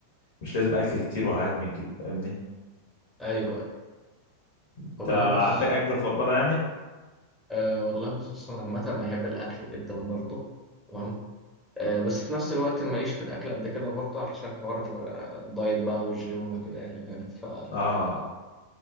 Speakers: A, on the left; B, in the centre.
A: مش لازم اكل كتير وحاجات من كده فاهمني
B: ايوه أيوة.
A: انت
B: والله بص
A: عندك اكله مفضله يعني
B: آه والله بص أصل انا عامة بحب الاكل جدا برضه تمام آه بس في نفس الوقت ماليش في الاكل قد كده برضه علشان حوار آه، الدايت بقى والجيم وكده يعني فاهم
A: اه